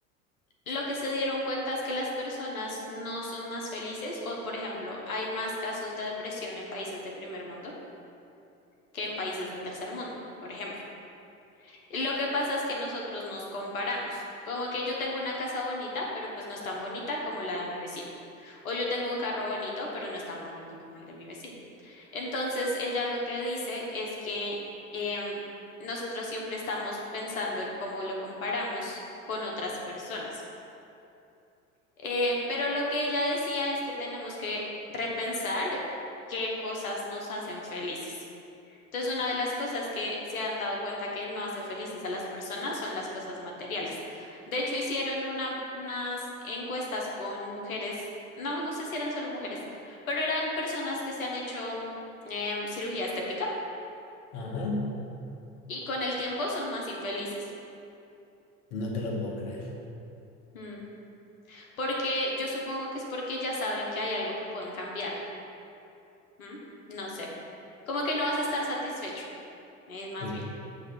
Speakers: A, on the left; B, on the left.
A: lo que se dieron cuenta es que las personas no son más felices o, por ejemplo, hay más casos de depresión en países de primer mundo que en países de tercer mundo, por ejemplo. Y Lo que pasa es que nosotros nos comparamos, como que yo tengo una casa bonita, pero pues no es tan bonita como la de mi vecino. O yo tengo un carro bonito, pero no es tan bonito como el de mi vecino. Entonces, ella lo que dice es que em, nosotros siempre estamos pensando en cómo lo comparamos con otras personas. Eh, pero lo que ella decía es que tenemos que repensar qué cosas nos hacen felices. Entonces, una de las cosas que se han dado cuenta que no hace felices a las personas son las cosas materiales. De hecho, hicieron una, unas encuestas con mujeres, no, no sé si eran solo mujeres, pero eran personas que se han hecho mm, em, cirugía estética
B: Ajá.
A: y con el tiempo son más infelices.
B: No te lo puedo creer.
A: Mm. Porque yo supongo que es porque ya saben que hay algo que pueden cambiar. ¿m? No sé, como que no vas a estar satisfecho, es más
B: Sí,
A: bien.